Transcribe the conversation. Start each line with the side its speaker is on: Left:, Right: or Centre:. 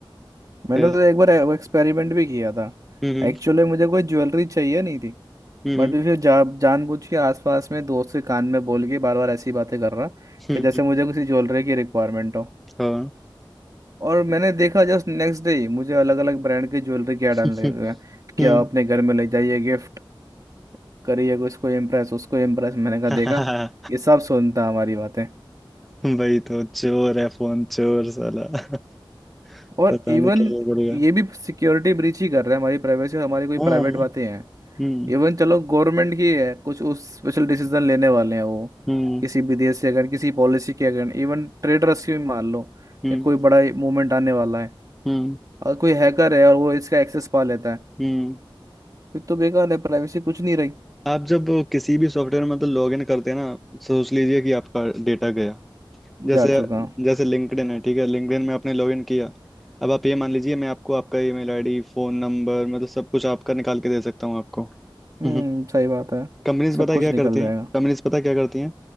Right: मैंने
Centre: खैर,
Right: तो एक बार एक्सपेरिमेंट भी किया था
Centre: हम्म हम्म
Right: एक्चुअली मुझे कोई ज्वेलरी चाहिए नहीं थी
Centre: हम्म
Right: बट फिर जा, जानबूझ के आसपास में दोस्त के कान में बोल के बार बार ऐसी बातें कर रहा
Centre: हम्म
Right: कि जैसे
Centre: हम्म,
Right: मुझे किसी ज्वेलरी की रिक्वायरमेंट हो
Centre: हाँ
Right: और मैंने देखा जस्ट नेक्स्ट डे ही मुझे अलग अलग ब्रांड की ज्वेलरी क्या
Centre: <laughs>
Right: डालने लगे क्या
Centre: हम्म,
Right: अपने घर में ले जाइए गिफ्ट करिए उसको इम्प्रेस उसको इम्प्रेस मैंने कहा
Centre: हाँ।
Right: देखा ये सब सुनता हमारी बातें
Centre: वही तो चोर है फोन चोर साला <laughs>
Right: और
Centre: पता
Right: इवन
Centre: नहीं क्या करेगा
Right: ये भी सिक्योरिटी ब्रीच ही कर रहे हैं हमारी प्राइवेसी और हमारी कोई
Centre: हाँ
Right: प्राइवेट बातें हैं
Centre: हम्म
Right: इवन चलो गवर्नमेंट की है कुछ उस स्पेशल डिसीजन लेने वाले हैं वो
Centre: हम्म
Right: किसी भी देश से अगर किसी पॉलिसी के अगर इवन ट्रेड रेस्क्यू मान लो
Centre: हम्म
Right: या कोई बड़ा मूवमेंट आने वाला है
Centre: हम्म
Right: अगर कोई हैकर है और वो इसका एक्सेस पा लेता है
Centre: हम्म
Right: फिर तो बेकार है प्राइवेसी कुछ नहीं रही
Centre: आप जब किसी भी सॉफ्टवेयर में मतलब लॉगिन करते हैं ना सोच लीजिए कि आपका डेटा गया जैसे
Right: जा चुका हूँ।
Centre: जैसे लिंक्डइन है ठीक है लिंक्डइन में आपने लॉगिन किया अब आप ये मान लीजिए मैं आपको आपका ईमेल आईडी फोन नंबर मतलब सब कुछ आपका निकाल के दे सकता हूँ आपको
Right: हम्म
Centre: <laughs>
Right: सही बात है
Centre: कंपनीज
Right: सब
Centre: पता
Right: कुछ
Centre: है क्या
Right: निकल
Centre: करती
Right: जाएगा
Centre: हैं कंपनीज पता है क्या करती हैं